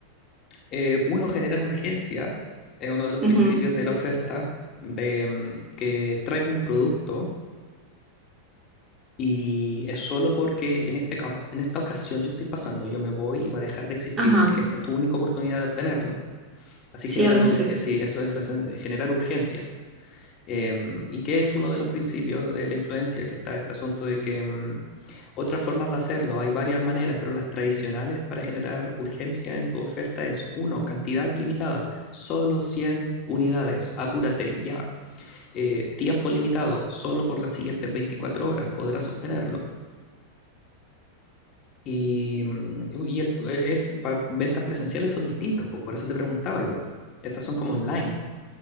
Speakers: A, on the left; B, on the right.
A: Eh, uno genera urgencia, es uno de los
B: Ujú.
A: principios de la oferta, de mm, que traigo un producto Y es solo porque en este, ca- en esta ocasión yo estoy pasando, yo me voy y va a dejar de existir,
B: Ajá,
A: así que esta es tu única oportunidad de obtenerlo. Así
B: sí,
A: generas,
B: algo así.
A: ur- eh, sí, eso es la sen- eh, generar urgencia. Em, y que es uno de los principios de la influencia, que está este asunto de que mm, otras formas de hacerlo, hay varias maneras, pero las tradicionales para generar urgencia en tu oferta es, uno, cantidad limitada, solo 100 unidades, apúrate ya. Eh, tiempo limitado, solo por las siguientes 24 horas podrás obtenerlo. Y, mm, y el, tu- e, es, para ventas presenciales son distintos, pues por eso te preguntaba igual. Estas son como online.